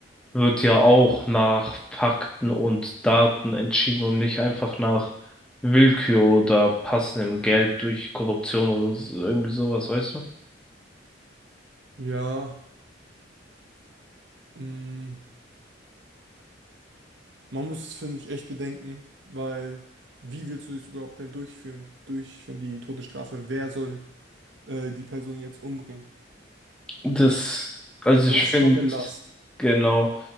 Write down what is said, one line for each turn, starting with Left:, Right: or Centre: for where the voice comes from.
Centre: wird ja auch nach Fakten und Daten entschieden und nicht einfach nach Willkür oder passendem Geld durch Korruption oder so- irgendwie sowas, weißt du?
Right: Ja, mm, man muss es, finde ich, echt bedenken, weil wie willst du das überhaupt denn durchführen? Durchführen die Todesstrafe? Wer soll äh, die Person jetzt umbringen?
Centre: Das, also
Right: Weil
Centre: ich
Right: das
Centre: finde,
Right: ist schon eine Last.
Centre: genau,